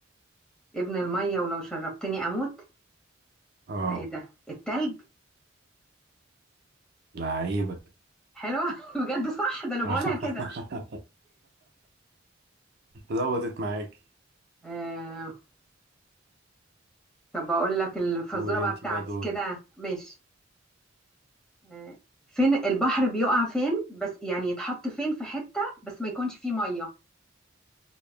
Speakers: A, in the centre; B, on the right.
A: ابن المية ولو شربتني اموت
B: اه
A: ده ايه ده التلج
B: لعيبه
A: حلوة <laughs> بجد صح ده انا
B: <laughs>
A: بقولها كده
B: ظبطت معاكي
A: آه طب اقول لك الفزورة
B: قولي
A: بقى
B: انت
A: بتاعتي
B: بقى دور
A: كده ماشي آه فين البحر بيقع فين بس يعني يتحط فين في حتة بس ما يكونش فيه مية